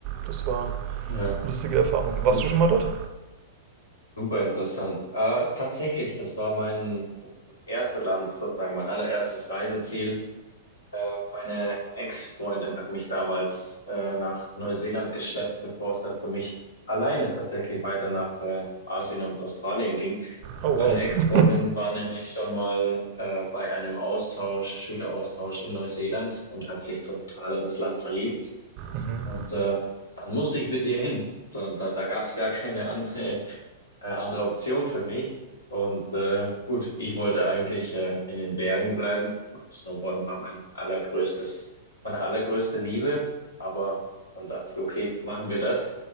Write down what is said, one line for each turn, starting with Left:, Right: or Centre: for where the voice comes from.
Right: das war eine
Left: Ja,
Right: lustige Erfahrung. Warst
Left: super,
Right: du schon mal dort?
Left: super interessant. Äh, tatsächlich, das war mein, das, das erste Land, sozusagen mein allererstes Reiseziel. Äh, meine Ex-Freundin hat mich damals äh, nach Neuseeland geschleppt, bevor es dann für mich alleine tatsächlich weiter nach äh, Asien und Australien ging.
Right: Oh wow.
Left: Meine Ex-Freundin war nämlich schon mal äh, bei einem Austausch, Schüleraustausch in Neuseeland und hat sich total in das Land verliebt.
Right: Mhm.
Left: Und äh, dann musste ich mit ihr hin. So, da da gab es gar keine andere, äh, andere Option für mich. Und äh, gut, ich wollte eigentlich äh, in den Bergen bleiben. Snowboarden war mein allergrößtes, meine allergrößte Liebe. Aber dann dachte ich, okay, machen wir das.